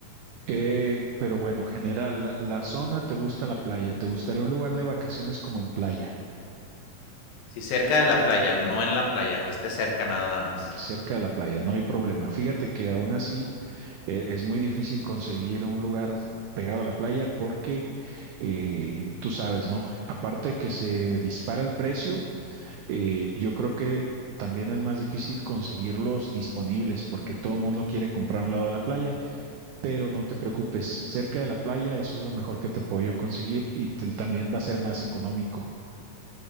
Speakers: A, on the right; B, on the left.
A: Eh, pero bueno, general, la la zona, ¿te gusta la playa? ¿Te gustaría un lugar de vacaciones como en playa,
B: Sí, cerca de la playa, no en la playa, que esté cerca nada más.
A: cerca de la playa? No hay problema. Fíjate que aún así eh, es muy difícil conseguir un lugar pegado a la playa porque eh, tú sabes, ¿no? Aparte de que se dispara el precio, eh, yo creo que también es más difícil conseguirlos disponibles porque todo el mundo quiere comprar a un lado de la playa, pero no te preocupes, cerca de la playa eso es lo mejor que te puedo yo conseguir y te- también va a ser más económico.